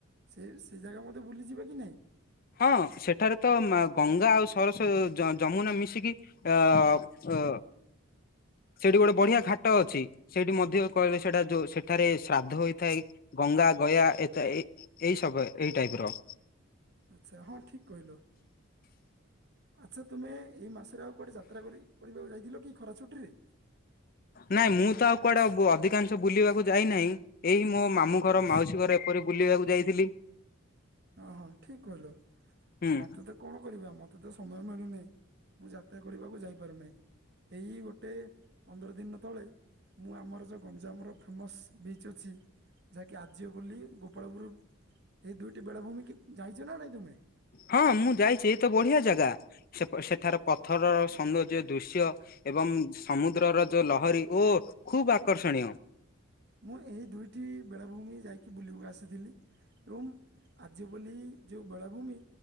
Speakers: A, on the right; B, on the left.
A: ସେ ସେ ଜାଗା ମତେ ବୁଲିଯିବା କି ନାଇଁ?
B: ହଁ ସେଠାରେ ତ ମା ଗଙ୍ଗା ଆଉ ସରସ୍ଵ ଯ ଯମୁନା ମିଶିକି ଆ ଅ ସେଟି ଗୋଟେ ବଢିଆ ଘାଟ ଅଛି ସେଇଠି ମଧ୍ୟ କହିଲେ ସେଇଟା ଯୋଉ ସେଠାରେ ଶ୍ରାଦ୍ଧ ହୋଇଥାଏ। ଗଙ୍ଗା ଗୟା ଏକା ଏଇ ଏଇ ସବେ ଏଇ ଟାଇପ ର।
A: ଆଚ୍ଛା ହଁ ଠିକ୍ କହିଲ। ଆଚ୍ଛା ତୁମେ ଏଇ ମାସରେ ଆଉ କୁଆଡେ ଯାତ୍ରା କରି କରିବାକୁ ଯାଇଥିଲ କି ଖରା ଛୁଟି ରେ?
B: ନାଇଁ ମୁଁ ତ ଆଉ କୁଆଡେ ବ ଅଧିକାଂଶ ବୁଲିବାକୁ ଯାଇନାହିଁ। ଏଇ ମୋ ମାମୁଁ ଘର, ମାଉସୀ ଘର ଏପରି ବୁଲିବାକୁ ଯାଇଥିଲି।
A: ଓ ହଁ ଠିକ୍ କହିଲ
B: ହୁଁ।
A: ମତେ ତ କଣ କରିବା ମତେ ତ ସମୟ ମିଳୁନେଇ ମୁଁ ଯାତ୍ରା କରିବାକୁ ଯାଇପାରୁନାହିଁ। ଏଇ ଗୋଟେ ପନ୍ଦର ଦିନ ର ତଳେ। ମୁଁ ଆମର ଯଉ ଗଞ୍ଜାମର ଫେମସ୍ ବିଚ୍ ଅଛି। ଯାହାକି ଆଜିବ ବୋଲି ଗୋପାଳପୁରୁ ଏଇ ଦୁଇଟି ବେଳାଭୂମି କି ଯାଇଚ ନା ନାଇଁ ତୁମେ?
B: ହଁ ମୁଁ ଯାଇଛି ଏ ତ ବଢିଆ ଜାଗା ସେପ ସେଠାର ପଥରର ସୌନ୍ଦର୍ଯ୍ୟ ଦୃଶ୍ୟ ଏବଂ ସମୁଦ୍ରର ଯୋଉ ଲହରୀ ଓ ଖୁବ ଆକର୍ଷଣୀୟ।
A: ମୁଁ ଏହି ଦୁଇଟି ବେଳାଭୂମି ଯାଇକି ବୁଲିବୁ ଆସିଥିଲି। ଏବଂ ଆର୍ଯ୍ୟ ବୋଲି ଯେଉଁ ବେଳାଭୂମି